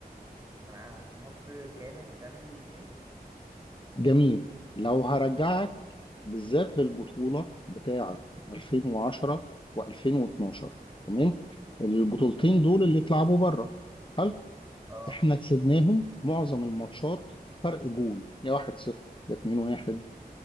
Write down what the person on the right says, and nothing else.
انا ع- مصر كانت بتعمل الاتنين
تمام
اه